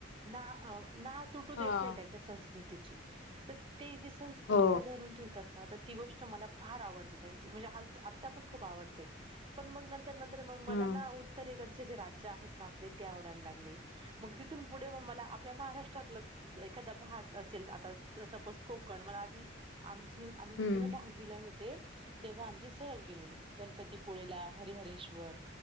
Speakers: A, on the right; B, on the left.
A: ना अ नाळ तुटू
B: हां.
A: देत नाही त्याच्या संस्कृतीची तर ते जी संस्कृतीला
B: हो.
A: धरून ठेवतात आता ती गोष्ट मला फार आवडते त्यांची म्हणजे हालत आज आता पण खूप आवडते पण मग नं तर मग मला
B: हं.
A: ना उत्तरेकड चे राज्य आहेत ना आपले ते आवडायला लागले मग तिथून पुढे म मला आपल्या महाराष्ट्रातल एक एखादा भाग असेल ज आता सपोज कोकण मला आधी आमची आम्ही ना
B: हं.
A: मी ना दहावीला होत ते तेव्हा आमची सहल गेलेली गणपतीपुळेला हरहरेश्वर